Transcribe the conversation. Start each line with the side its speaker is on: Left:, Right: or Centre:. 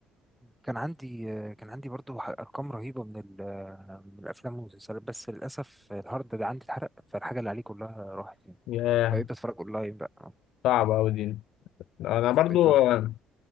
Centre: كان عندي آه، كان عندي برضو ح- ارقام رهيبة من ال- آه، من الافلام والمسلسلات بس للاسف الهارد ده عندي اتحرق فالحاجة اللي عليه كلها راحت يعني
Left: ياه
Centre: فبقيت بتفرج اونلاين بقى
Left: صعبه قوي دي انا برضو
Centre: بقيت
Left: آه،